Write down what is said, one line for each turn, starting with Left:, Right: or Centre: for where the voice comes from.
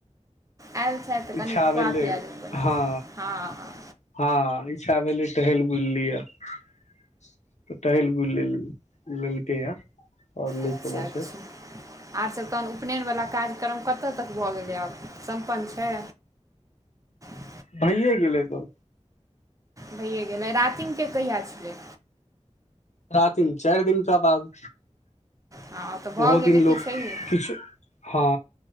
Right: आयल छथि तऽ कनि
Left: इच्छा
Right: खुआ
Left: भेलै
Right: पिया देबै बनै
Left: हँ
Right: हँ हँ
Left: हँ इच्छा भेलै टहैल बुलली लिए टहैल बुल लेल लेलकै या आओर नइ
Right: अच्छा
Left: कोनो
Right: अच्छा
Left: छै
Right: आर सब तहन उपनयनवला कार्यक्रम कतय तक भऽ गेलै आब सम्पन्न छै <unintelligible>
Left: भैए गेलै त
Right: भैए गेलै रातिम के कहिया छिए
Left: रातिम चारि दिन कऽ बाद
Right: हँ तऽ भऽ
Left: ओहो दिन
Right: गेलै
Left: लोक
Right: कि छैहे
Left: किछु हँ